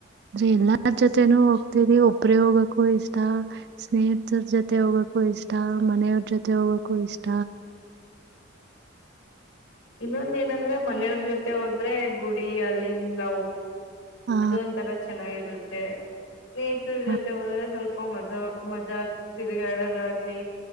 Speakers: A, on the right; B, on the left.
A: ಅ ಎಲ್ಲಾರ್ ಜೊತೆನೂ ಹೋಗ್ತರಿ ಒಬ್ಬ್ರ ಹೋಗ ಕೂ ಇಷ್ಟ ಸ್ನೇಹಿತರ ಜೊತೆ ಹೋಗಕ್ಕೂ ಇಷ್ಟ ಮನೆಯವ್ರ ಜೊತೆ ಹೋಗಕ್ಕೂ ಇಷ್ಟ
B: ಇನ್ನೊಂದ ಏನಂದ್ರೆ ಮನೆಯವ್ರ ಜೊತೆ ಹೋದ್ರೆ ಗುಡಿ ಅಲ್ಲಿಲ್ಲ
A: ಹಾ
B: ಅದು ಒಂ ತರ ಚೆನ್ನಾಗಿರುತ್ತೆ ಸ್ನೇಹಿತರ
A: ಹ
B: ಜೊತೆ ಹೋದೆ ಸ್ವಲ್ಪ ಅಪ ಮಜಾ ಮಜಾ ಆಗ್ ತಿರುಗಾಡೋದಾಗ್ಲಿ